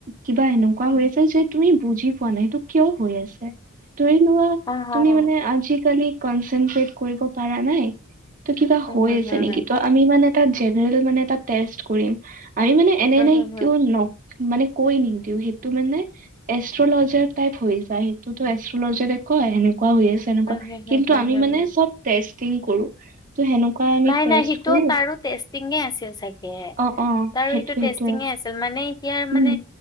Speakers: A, on the right (about 40°); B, on the left (about 20°).
A: কিবা এনেকুৱা হৈ আছে যে তুমি বুজি পোৱা নাই, এইটো কিয় হৈ আছে, ধৰি লোৱা
B: অ', হম,
A: তুমি মানে আজিকালি কনচন্ত্ৰেড কৰিব পাৰা নাই। ত' কিবা
B: হম,
A: হৈ
B: হম,
A: আছে
B: হম,
A: নেকি,
B: হম,
A: ত' আমি মানে তাত জেনেৰেল মানে এটা টেষ্ট কৰিম, আমি মানে এনে এনে
B: হম, হম,
A: কিয় নক মানে কৈ নিদিওঁ, সেইটো মানে এষ্ট্ৰলজাৰ টাইপ হৈ যায়, সেইটোতো এষ্ট্ৰলজাৰে কয়, সেনেকুৱা হৈ আছে। তেনেকুৱা,
B: হম, হম, হম,
A: কিন্তু
B: হম,
A: আমি
B: হম,
A: মানে
B: হম।
A: চব টেষ্টিং কৰো। ত' সেনেকুৱা আমি
B: নাই,
A: টেষ্ট
B: নাই, সিটো
A: কৰো
B: তাৰো টেষ্টিঙে আছিল চাগে,
A: অ অ
B: তাৰো সেইটো
A: সেইটোয়ে
B: টেষ্টিঙে আছিল। মানে এতিয়াৰ
A: উম
B: মানে।